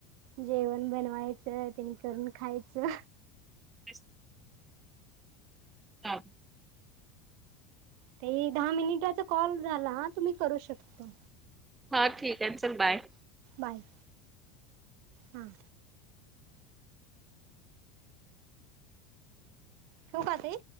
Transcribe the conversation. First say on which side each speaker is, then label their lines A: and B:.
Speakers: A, on the right; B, on the right.
A: जेवण बनवायचं, त्यांनी करून खायचं.
B: अस हा.
A: ते दहा मिनिटाचा कॉल झाला हा, तुम्ही करू शकता.
B: हा ठीकाय, चल बाय.
A: बाय, हां. ठिऊ का तई?